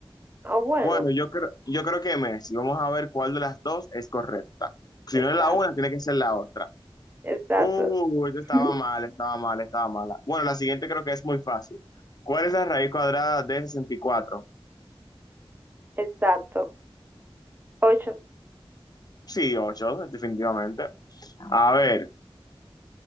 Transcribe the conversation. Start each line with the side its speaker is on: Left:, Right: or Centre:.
Right: Oh, oh, bueno.
Left: bueno, yo creo, yo creo que Messi, vamos a ver cuál de las dos es correcta. Si
Right: Exacto.
Left: no es la una, tiene que ser la otra.
Right: Exacto.
Left: Uy, esto estaba
Right: Ujú.
Left: mal, estaba mal, estaba mala. Bueno, la siguiente creo que es muy fácil. ¿Cuál es la raíz cuadrada de sesenta y cuatro
Right: Exacto. Ocho.
Left: Sí, 8 definitivamente. A ver.